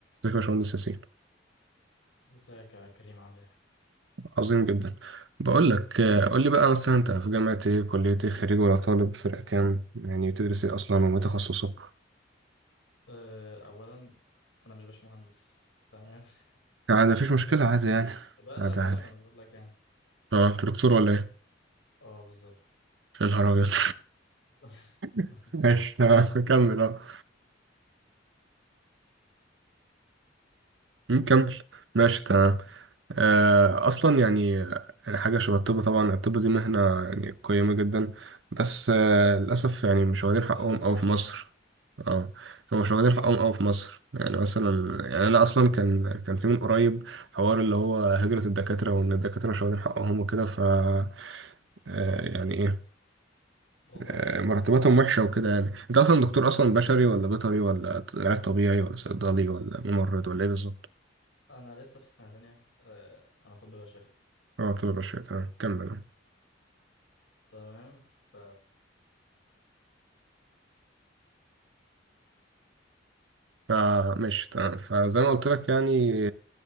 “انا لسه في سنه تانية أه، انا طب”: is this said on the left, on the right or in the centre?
Left